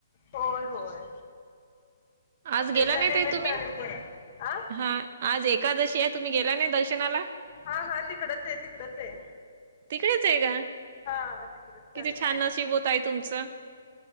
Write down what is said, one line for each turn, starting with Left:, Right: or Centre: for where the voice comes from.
Left: होय होय
Right: आज
Left: त्याच्या
Right: गेला नाही
Left: निमित्ताने
Right: ताई तुम्ही?
Left: आ
Right: हा आज एकादशी आहे तुम्ही गेला नाही दर्शनाला?
Left: हा हा तिकडच आहे, तिकडच आहे.
Right: तिकडेच आहे का.
Left: हा तिकडच चाललंय
Right: किती छान नशीब ओ ताई तुमचं